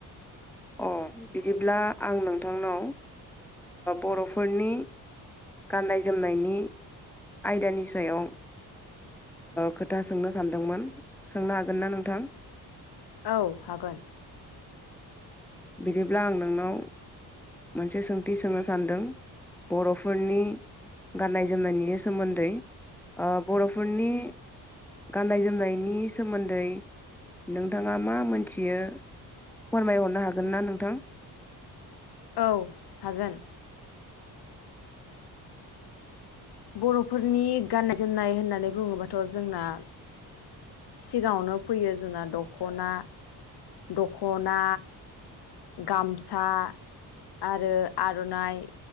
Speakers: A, in the centre; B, on the left (about 65°).
A: अ बिदिब्ला आं नोंथांनाव बर'फोरनि गाननाय जोमनायनि आयदानि सायाव खोथा सोंनो सानदोंमोन सोंनो हागोन ना नोंथां?
B: औ हागोन
A: बिदिब्ला आं नोंनाव मोनसे सोंथि सोंनो सानदों बर'फोरनि गाननाय जोमनायनि सोमोनदै ओ बर'फोरनि गाननाय जोमनायनि सोमोनदै नोंथांङा मा मोनथियो फोरमायहरनो हागोन ना नोंथां?
B: औ हागोन बर'फोरनि गाननाय जोमनाय होननानै बुङोबाथ' जोंना सिगांङावनो फैयो जोंना दखना दख'ना गामसा आरो आर'नाइ